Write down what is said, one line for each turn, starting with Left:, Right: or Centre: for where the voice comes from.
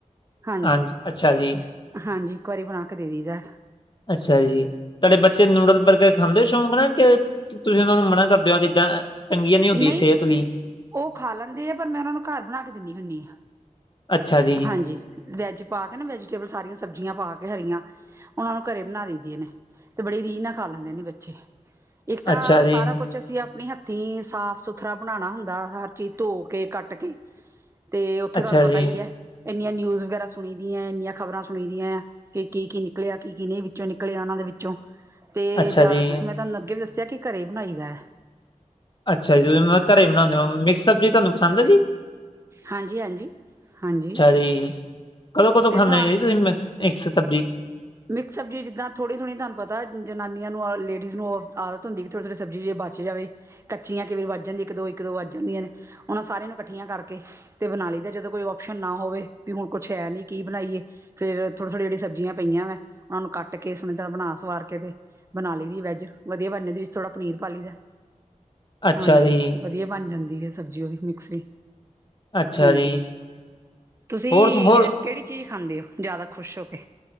Right: ਹਾਂਜੀ-ਹਾਂਜੀ
Left: ਹਾਂਜੀ, ਅੱਛਾ ਜੀ,
Right: ਇੱਕ ਵਾਰੀ ਬਣਾ ਕੇ ਦੇ ਦਿਦਾ।
Left: ਅੱਛਾ ਜੀ ਤੁਹਾਡੇ ਬੱਚੇ ਨੂਡਲ, ਬਰਗਰ ਖਾਂਦੇ ਸ਼ੌਂਕ ਨਾ ਕੇ ਤੁਸੀਂ ਓਹਨਾਂ ਨੂੰ ਮਨਾ ਕਰਦੇ ਹੋ ਚੀਜ਼ਾਂ ਚੰਗੀਆਂ ਨੀ ਹੁੰਦੀਆਂ
Right: ਨਹੀਂ
Left: ਸੇਹਤ ਲੀ।
Right: ਉਹ ਖਾ ਲੈਂਦੇ ਆ ਪਰ ਮੈਂ ਉਹਨਾਂ ਨੂੰ ਘਰ ਬਣਾ ਕੇ ਦਿੰਦੀ ਹੁੰਦੀ ਹਾਂ,
Left: ਅੱਛਾ ਜੀ,
Right: ਹਾਂਜੀ। ਵੈੱਜ ਪਾ ਕੇ ਨਾ ਵੈਜੀਟੇਬਲ ਸਾਰੀਆ ਸਬਜ਼ੀਆ ਪਾ ਕੇ ਹਰੀਆ। ਉਹ ਘਰੇ ਬਣਾ ਲੀ ਦੀਏ ਨੇ ਤੇ ਬੜੀ ਰੀਹ ਨਾਲ ਖਾ ਲੈਂਦੇ ਨੇ ਬੱਚੇ। ਇੱਕ ਤਾਂ
Left: ਅੱਛਾ
Right: ਉਹ
Left: ਜੀ,
Right: ਸਾਰਾ ਕੁਛ ਅਸੀਂ ਆਪਣੇ ਹੱਥੀਂ ਸਾਫ-ਸੁਥਰਾ ਬਣਾਣਾ ਹੁੰਦਾ, ਹਰ ਚੀਜ਼ ਧੋ ਕੇ ਕੱਟ ਕੇ। ਤੇ ਓਥੇ
Left: ਅੱਛਾ
Right: ਤੁਹਾਨ ਪਤਾ
Left: ਜੀ,
Right: ਹੀ ਐ, ਇੰਨੀਆਂ ਨਿਊਜ਼ ਵਗੈਰਾ ਸੁਣੀ ਦੀ ਐ ਇੰਨੀਆਂ ਖ਼ਬਰਾਂ ਸੁਣੀ ਦੀਐਂ। ਕਿ ਕੀ-ਕੀ ਨਿਕਲਿਆ, ਕੀ-ਕੀ ਨਹੀਂ ਵਿੱਚੋਂ ਨਿਕਲਿਆ ਓਨਾਂ ਦੇ ਵਿੱਚੋਂ। ਤੇ
Left: ਅੱਛਾ
Right: ਜਾਦਾਤਰ
Left: ਜੀ।
Right: ਮੈਂ ਤੁਹਾਨ ਅੱਗੇ ਵੀ ਦੱਸਿਆ ਕਿ ਘਰੇ ਹੀ ਬਣਾਈ ਦੈ।
Left: ਅੱਛਾ ਜੀ ਤੁਸੀ ਮੈਂ ਘਰੇ ਬਣਾਣੇ ਔ ਮਿਕਸ ਸਬਜ਼ੀ ਤੁਆਨੂੰ ਪਸੰਦ ਐ ਜੀ?
Right: ਹਾਂਜੀ-ਹਾਂਜੀ, ਹਾਂਜੀ।
Left: ਤੇ ਕਦੋਂ-ਕਦੋਂ
Right: ਤੇ
Left: ਖਾਂਦੇ
Right: ਤੁਹਾ
Left: ਹੋ ਜੀ ਤੁਸੀ ਮਿਕਸ, ਮਿਕਸ ਸਬਜ਼ੀ।
Right: ਮਿਕਸ ਸਬਜ਼ੀ ਜਿੱਦਾ ਥੋੜੀ-ਥੋੜੀ ਤਾਨੂੰ ਪਤਾ ਜਨਾਨੀਆਂ ਨੂੰ ਅ ਲੇਡੀਜ਼ ਨੂੰ ਔ ਆਦਤ ਹੁੰਦੀ ਕਿ ਥੋੜੀ-ਥੋੜੀ ਸਬਜ਼ੀੇ ਜੇ ਬਚ ਜਾਵੇ ਕੱਚੀਆਂ ਕਿ ਵਰ ਵੱਜ ਜਾਂਦੀ ਏ ਇੱਕ ਦੋ ਇੱਕ ਦੋ ਵੱਜ ਜਾਂਦੀਆਂ ਨੇ ਓਨਾਂ ਸਾਰੀਆਂ ਨੂੰ ਕੱਠੀਆਂ ਕਰਕੇ ਤੇ ਬਣਾਲੀ ਦਾ ਜਦੋਂ ਕੋਈ ਓਪਸ਼ਨ ਨਾ ਹੋਵੇ ਵੀ ਹੁਣ ਕੁਛ ਹੈ ਨੀ ਕੀ ਬਣਾਈ ਫੇਰ ਥੋੜੀ-ਥੋੜੀ ਜਿਹੜੀਆ ਸਬਜ਼ੀਆ ਪਈਆਂ ਵੈ ਉਹਨੂੰ ਕੱਟ ਕੇ ਸੋਨੀ ਤਰਹਾਂ ਬਣਾ ਸਵਾਰ ਕੇ ਤੇ ਬਣਾ ਲਈ ਦੀ ਏ ਵੈਜ ਵਧੀਆ ਬਣ ਜਾੰਦੀ ਵਿੱਚ ਥੋੜ੍ਹਾ ਪਨੀਰ ਪਾ ਲੀ ਦੈ।
Left: ਅੱਛਾ
Right: ਹਾਂਜੀ,
Left: ਜੀ,
Right: ਵਧੀਆ ਬਣ ਜਾਂਦੀ ਏ ਸਬਜ਼ੀ ਓ ਵੀ ਮਿਕਸ ਵੀ।
Left: ਅੱਛਾ
Right: ਹਾਂਜੀ
Left: ਜੀ,
Right: ਤੁਸੀਂ
Left: ਹੋਰ ਹੋਰ
Right: ਕਿਹੜੀ ਚੀਜ਼ ਖਾਂਦੇ ਹੋ ਜਾਦਾ ਖ਼ੁਸ਼ ਹੋ ਕੇ।